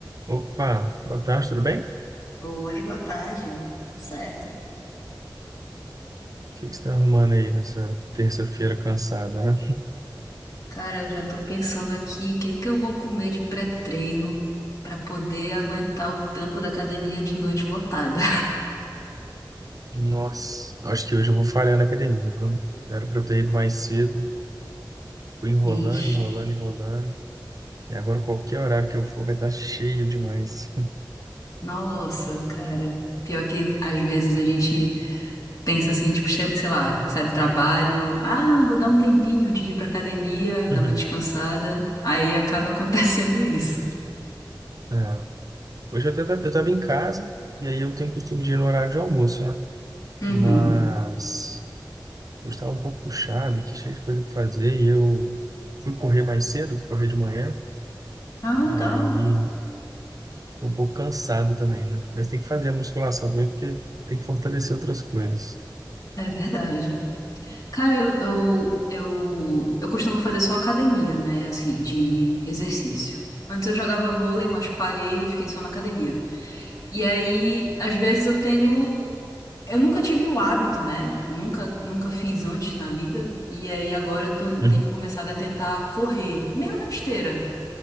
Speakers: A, on the right; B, on the left.
A: Opa, boa tarde, tudo bem? O
B: Oi, boa tarde. Tudo certo?
A: que que você está arrumando aí nessa terça-feira cansada, né?
B: Cara, já tô pensando aqui, o que que eu vou comer de pré-treino pra poder aguentar o tranco da academia de noite lotada.
A: Nossa, acho que hoje eu vou falhar na academia, viu? Era pra eu ter ido mais cedo, fui enrolando,
B: <laughs> Ixi.
A: enrolando, enrolando, e agora qualquer horário que eu for vai estar cheio demais.
B: Nossa, cara. Pior que às vezes a gente pensa assim, tipo, sei sei lá, sai do trabalho, ah, vou dar um tempinho antes de ir pra academia,
A: <laughs>
B: dar uma descansada. Aí acaba <laughs> acontecendo isso.
A: É. Hoje eu até tava, eu tava em casa, e aí eu tenho costume de ir no horário de almoço, né?
B: Uhum.
A: Mas eu estava um pouco puxado, que cheio de coisa pra fazer, e eu fui correr mais cedo, fui correr de manhã,
B: Ah, legal.
A: aí Tô um pouco cansado também, né? Mas tem que fazer a musculação também, porque tem que fortalecer outras coisas.
B: É verdade. Cara, eu, eu, eu, eu costumo fazer só academia, né? Assim, de exercício. Antes eu jogava vôlei, mas parei e fiquei só na academia. E aí, às vezes eu tenho. Eu nunca tive o hábito, né? Nunca, nunca fiz antes na vida. E aí agora eu tô-
A: Uhum.
B: tenho começado a tentar correr, mesmo na esteira.